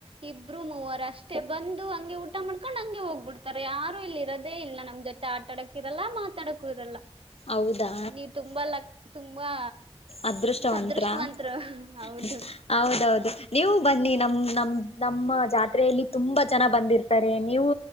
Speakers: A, on the right (about 55°); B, on the left (about 65°).
A: ಈಗ ಇಬ್ರು ಮೂವರ ಅಷ್ಟ ಬಂದು ಹಂಗೆ ಊಟ ಮಾಡ್ಕೊಂಡ್ ಹಂಗೆ ಹೋಗ್ಬಿಡ್ತಾರೆ ಯಾರು ಇಲ್ಲಿ ಇರೋದೇ ಇಲ್ಲ ನಮ್ ಜೊತೆ ಆಟ ಆಡಕ್ಕೆ. ಇದೆಲ್ಲ ಮಾತಾಡಕ್ಕೂ ಇರಲ್ಲ.
B: ಹೌದಾ
A: ನೀವ್ ತುಂಬಾ ಲಕ್ ತುಂಬಾ
B: ಅದೃಷ್ಟವಂತ್ರತ್ರ
A: ಅದೃಷ್ಟವಂತರು ಹೌದು.
B: ಹೌದೌದು ನೀವು ಬನ್ನಿ ನಮ ನಮ ನಮ್ಮ ಜಾತ್ರೆಯಲ್ಲಿ ತುಂಬಾ ಜನ ಬಂದಿರ್ತಾರೆ ನೀವು